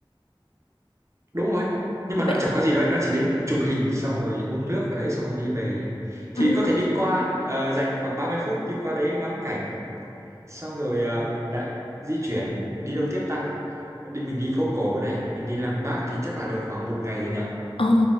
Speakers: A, on the right; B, on the left.
A: đúng rồi nhưng
B: vậy
A: mà nó chả có gì đâu ấy, nó chỉ đến chụp hình xong rồi uống nước ở đấy xong rồi đi về thì
B: ừ,
A: có thể đi qua ờ, dành khoảng 30 phút đi qua đấy ngắm cảnh xong rồi ờ, mình lại di chuyển đi đâu tiếp ta đi mình đi phố cổ này mình đi Lăng Bác thì chắc là được khoảng một ngày rồi nhỉ
B: ờ,